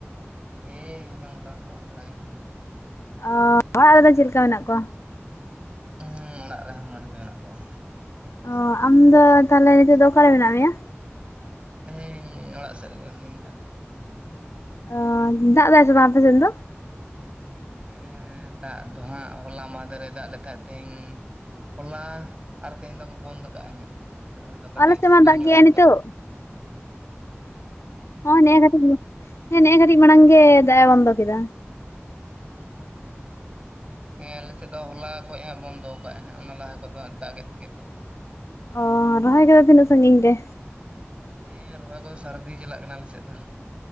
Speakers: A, on the right; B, on the left.
A: ᱮᱸᱻ ᱤᱧ ᱦᱚ ᱢᱚᱴᱟᱢᱩᱴᱤ ᱢᱚᱡᱽ ᱵᱟᱲᱟ ᱜᱮ ᱢᱤᱱᱤᱧᱟ᱾
B: ᱚ ᱚᱲᱟᱜ ᱨᱮᱫᱚ ᱪᱮᱫ ᱞᱮᱠᱟ ᱢᱮᱱᱟᱜ ᱠᱚᱣᱟ?
A: ᱦᱩᱸ ᱚᱲᱟᱜ ᱨᱮᱦᱚᱸ ᱢᱚᱸᱡᱽ ᱜᱮ ᱢᱮᱱᱟᱜ ᱠᱚᱣᱟ᱾
B: ᱚ ᱟᱢ ᱫᱚ ᱛᱟᱦᱞᱮ ᱱᱤᱛᱚᱜ ᱫᱚ ᱚᱠᱟᱨᱮ ᱢᱮᱱᱟᱜ ᱢᱮᱭᱟ?
A: ᱦᱮᱸ ᱤᱧ ᱚᱲᱟᱜ ᱥᱮᱫ ᱨᱮᱜᱮ ᱡᱤᱱᱤᱧ ᱫᱟᱜ
B: ᱚ ᱫᱟᱜ ᱫᱟᱭ ᱥᱮ ᱵᱟᱝ ᱟᱯᱮ ᱥᱮᱫ ᱫᱚ?
A: ᱮᱸᱻ ᱫᱟᱜ ᱫᱚᱦᱟᱸᱜ ᱦᱚᱞᱟ ᱢᱟᱦᱫᱮᱨ ᱮ ᱫᱟᱜ ᱞᱮᱠᱷᱟᱜ ᱛᱮᱦᱤᱧ ᱦᱚᱞᱟ ᱟᱨ ᱛᱮᱦᱮᱧ ᱫᱚᱠᱚ ᱵᱚᱱᱫ ᱠᱟᱜᱼᱟ ᱦᱟᱜ ᱠᱟᱹ ᱛᱮᱦᱮᱧ ᱫᱚ ᱠᱟᱹᱴᱤᱡ
B: ᱟᱞᱮ ᱥᱮᱫ
A: ᱥᱤᱛᱩᱝ
B: ᱢᱟ ᱫᱟᱜ
A: ᱧᱚᱜ
B: ᱜᱮᱭᱟᱭ
A: ᱞᱮᱫ
B: ᱱᱤᱛᱚᱜ
A: ᱛᱟᱦᱮᱸᱜ
B: ᱦᱚᱸ ᱱᱮᱜ ᱮ ᱠᱟᱴᱤᱡ, ᱦᱮᱸ ᱱᱮᱜ ᱮ ᱠᱟᱹᱴᱤᱡ ᱢᱟᱲᱟᱝ ᱜᱮ ᱫᱟᱜ ᱮ ᱵᱚᱱᱫᱚ ᱠᱮᱫᱟ᱾
A: ᱦᱮᱸ ᱟᱞᱮᱥᱮᱫ ᱫᱚ ᱦᱚᱞᱟ ᱠᱷᱚᱡ ᱦᱟᱸᱜ ᱵᱚᱱᱫᱚ ᱠᱟᱜ-ᱟᱭ, ᱚᱱᱟ ᱞᱟᱦᱟ ᱠᱚ ᱫᱚ ᱫᱟᱜᱮᱫ ᱜᱮ ᱛᱟᱦᱮᱸᱫ ᱮ᱾
B: ᱚ ᱨᱚᱦᱚᱭ ᱠᱚᱫᱚ ᱛᱤᱱᱟᱹᱜ ᱥᱟᱺᱜᱤᱧ ᱜᱮ?
A: ᱮᱸ ᱨᱚᱦᱚᱭ ᱠᱚᱫᱚ ᱥᱟᱹᱨᱫᱤ ᱪᱟᱞᱟᱜ ᱠᱟᱱᱟ ᱟᱞᱮ ᱥᱮᱫ ᱫᱚ᱾